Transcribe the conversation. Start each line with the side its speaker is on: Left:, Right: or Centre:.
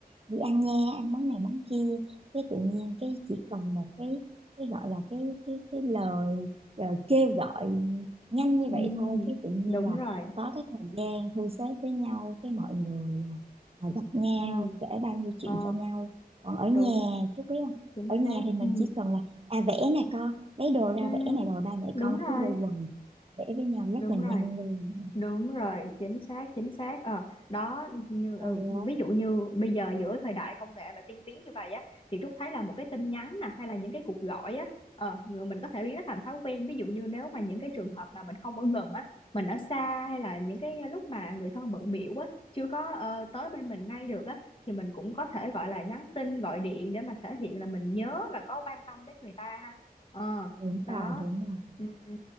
Right: đi ăn nha ăn món này món kia cái tự nhiên cái chỉ cần một cái cái gọi là cái cái cái lời, lời kêu gọi nhanh như
Left: ừ
Right: vậy thôi cái tự nhiên
Left: đúng
Right: là
Left: rồi
Right: có cái thời gian thu xếp với nhau cái mọi người à, gặp nhau
Left: ừ
Right: kể bao nhiêu chuyện
Left: ờ
Right: cho nhau còn ở nhà
Left: đúng
Right: chú biết không
Left: chính
Right: ở nhà
Left: xác
Right: thì mình
Left: ừ
Right: chỉ cần là à vẽ nè con lấy đồ ra
Left: ừ
Right: vẽ này rồi ba mẹ
Left: đúng
Right: con
Left: rồi
Right: cứ quây quần vẽ với nhau
Left: đúng
Right: rất là nhanh
Left: rồi
Right: luôn
Left: Đúng rồi, chính xác, chính xác. Ờ, đó, như, ừ,
Right: Hay á.
Left: ví dụ như bây giờ giữa thời đại công nghệ mà tiên tiến như vậy á, thì Trúc thấy là một cái tin nhắn nè, hay là những cái cuộc gọi á, ờ, người mình có thể biến nó thành thói quen. Ví dụ như nếu mà những cái trường hợp mà mình không ở gần á, mình ở xa hay là những cái lúc mà người thân bận biểu á, chưa có ờ, tới bên mình ngay được á, thì mình cũng có thể gọi là nhắn tin, gọi điện để mà thể hiện là mình nhớ và có quan tâm đến người ta ha. Ờ,
Right: đúng
Left: đó.
Right: rồi đúng rồi
Left: Ừ, ừ.